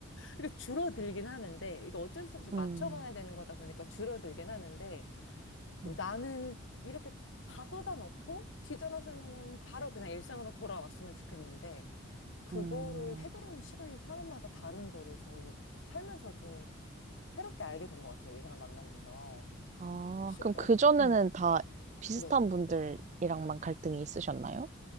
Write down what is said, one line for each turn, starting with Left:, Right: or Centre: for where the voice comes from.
Left: 그까 줄어들긴 하는데, 이거 어쩔 수 없이 맞춰가야
Right: <laughs> 음,
Left: 되는 거다 보니까 줄어들긴 하는데,
Right: 네.
Left: 나는 이렇게 다 쏟아놓고 뒤돌아서면은 바로 그냥 일상으로 돌아왔으면 좋겠는데, 그거를
Right: 음.
Left: 해결하는 시간이 사람마다 다른 거를 저는 살면서 좀 새롭게 알게 된 것 같아요. 이 사람 만나면서.
Right: 아,
Left: 혹시,
Right: 그럼
Left: 어,
Right: 그전에는
Left: 음,
Right: 다 비슷한
Left: 네.
Right: 분들이랑만 갈등이 있으셨나요?